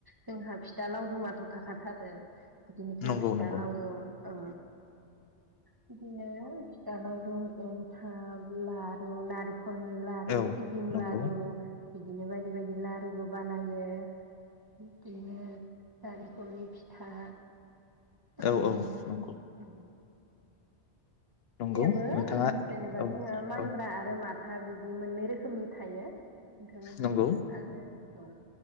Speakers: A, on the right (about 25°); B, on the left (about 65°).
A: जोंहा फिथा लावदुमाथ थाखाथार ओ बिदिनो जों
B: नंगौ
A: फिथा
B: नंगौ
A: लावदुम ओ बिदिनो फिथालावदुम एन्थाब लारु नार खर लारु
B: औ
A: सिबिं
B: नंगौ
A: लारु बिदिनो बायदि-बायदि लारुबो बानायो। बिदिनो नारिेंखलनि फिथा ओम
B: औ औ नंगौ नंगौ
A: जेबो
B: नोंथाङा
A: जेनेबा
B: औ
A: जोङो माइब्रा
B: औ
A: आरो माथ हा बिदि मोननै रोखोमनि थायो। बिथांनिसिम
B: नंगौ
A: आरो औ